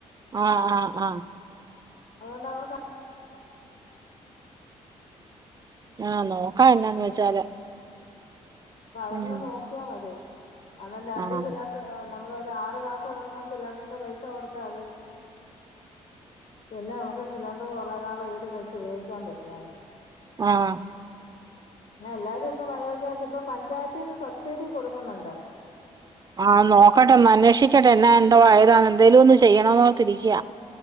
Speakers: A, on the right; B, on the left.
A: ആഹ് ആഹ് ആഹ്
B: അതോണ്ടവർക്ക
A: ആഹ് നോക്കാ എന്നാന്ന് വെച്ചാല്
B: അപ്പതൊന്ന്
A: ഉം
B: നോക്ക്യാ മതി കാര്ണം രണ്ട്
A: ആഹ്
B: സിലാൺ നമ്മളൊര് ആറ് മാസവെട്ക്കുന്ന സിലണ്ട്റിന്റെ പൈസ കൊട്ത്താവതി പിന്നെ നമുക്ക് സിലണ്ട്ർ കൊറേ നാള് ഈട് വെച്ച് ഉപയോഗിക്കാൻ പറ്റും
A: ആഹ്
B: എല്ലാരുവിപ്പൊ ബയോഗ്യാസ് ഇപ്പൊ പഞ്ചായത്തീന്ന് സബ്സീഡി കൊട്ക്കുന്നൊണ്ട്
A: ആഹ് നോക്കട്ടൊന്നന്വേഷിക്കട്ടെ എന്നാ എന്തോ ഏതാന്നെന്തേലുവൊന്ന് ചെയ്യണോന്നോർത്തിര്ക്ക്യാ